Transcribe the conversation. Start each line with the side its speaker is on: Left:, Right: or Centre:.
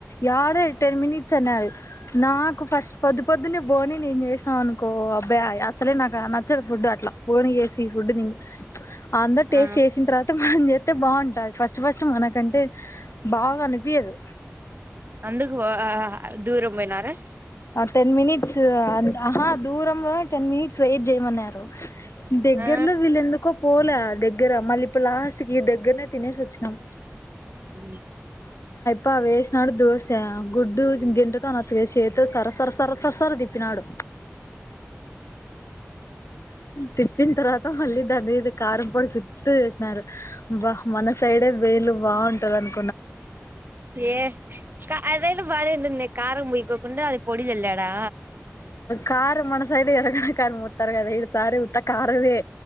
Left: యాడ టెన్ మినిట్స్ అన్నారు నాకు ఫస్ట్ పొద్దు పొద్దునే బోనీ నెన్ జేసిన అనుకో అబ్బే అస్సలే నాక్ ఆ నచ్చదు ఫుడ్ అట్లా బోనీ జెసి ఫుడ్ తిన్ అందరు టేస్ట్
Right: ఆ
Left: చేసిన తర్వాత చేస్తే బాగుంటుది ఫస్ట్ ఫస్ట్ మనకంటే బాగా అనిపియ్యదు
Right: అందుకు వో ఆ ఆ దూరం పోయిన అే
Left: ఆ టెన్ మినిట్స్ ఆ ఆహా దూరంలో టెన్ మినిట్స్ వెయిట్ చేయమన్నారు దగ్గర్లో
Right: ఆ
Left: వీళ్ళెందుకో పోలే ద దగ్గర మళ్ళీ ఇప్పు లాస్ట్ క దగ్గరనే తినేసి వచ్చినాం
Right: అ
Left: పావేష్నాడు దోస గుడ్డు గంటతో అనచ్చు సర సర సర సర్ సర్ దిప్పినాడు తిప్పిన తర్వాత మళ్ళీ దాంధి కారం పొడి సుత్తు చేసినారు బా మన సైడే వేలు బాగుంటది అని
Right: ఏ అదైను బాళ నుంది కారం బయకోకుండా అది పొడి వెల్ళాడా
Left: కారు మన సైడ్ ఎరగడ కని మత్తారు కదా ఏడు సారి మత కారుదే